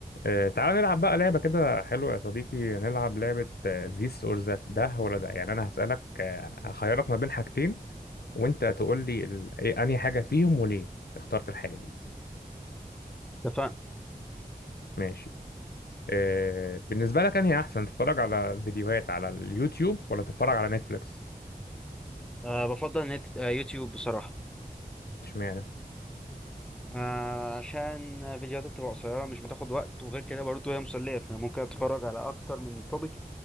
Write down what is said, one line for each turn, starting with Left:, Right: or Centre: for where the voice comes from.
Left: آه، تعالى نلعب بقى لعبة كده حلوة يا صديقي نلعب لعبة آه، ذيس اور ذات ده ولا ده يعني أنا هسألك آه، هخيرك ما بين حاجتين وأنت تقول لي ال... إيه أنهي حاجة فيهم وليه اخترت الحاجة دي
Centre: اتفقنا
Left: ماشي آه، بالنسبة لك أنهي أحسن تتفرج على فيديوهات على اليوتيوب ولا تتفرج على نتفليكس
Centre: أه بفضل نت آه، يوتيوب بصراحة
Left: اشمعنى
Centre: أه عشان فيديوهات بتبقى قصيرة مش بتاخد وقت وغير كده برضه هي مسلية فأنا ممكن أتفرج على أكتر من توبيك